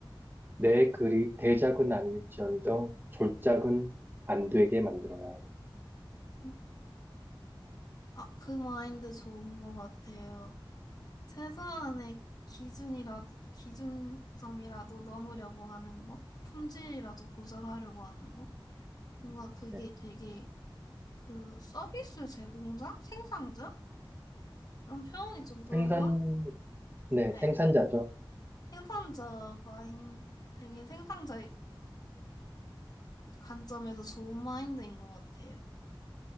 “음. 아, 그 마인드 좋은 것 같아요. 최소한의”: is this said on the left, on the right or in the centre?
Left